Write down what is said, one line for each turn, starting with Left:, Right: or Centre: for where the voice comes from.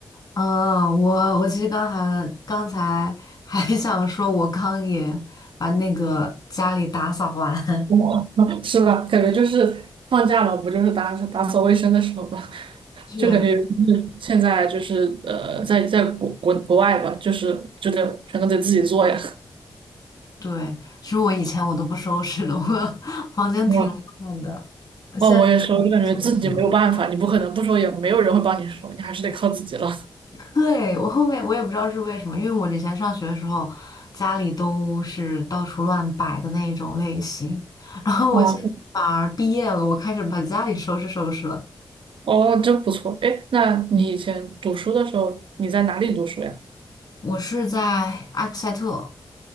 Left: 嗯，我我其实刚还刚才还想说，我刚也把那个家里打扫完。
Right: 我 <laughs> 是吧？感觉就是放假嘛，不就是打打扫卫生的时候嘛，<laughs>
Left: <laughs> 确实，
Right: 就感觉就是现在就是呃，在在国国国外吧，就是就得全都得自己做呀。
Left: 对，其实我以前我都不收拾的，我 <laughs> 房间挺乱的，
Right: 哇
Left: 我现在
Right: 哦，我也是，我就感觉自己没有办法，
Left: 收拾了。
Right: 你不可能不收，也没有人会帮你收，你还是得靠自己了。
Left: <laughs> 对，我后面我也不知道是为什么，因为我之前上学的时候，家里都是到处乱摆的那种类型，然后我现在反而毕业了，
Right: 哦。
Left: 我开始把家里收拾收拾了。
Right: 哦，真不错。哎，那你以前读书的时候，你在哪里读书呀？
Left: 我是在埃克塞特，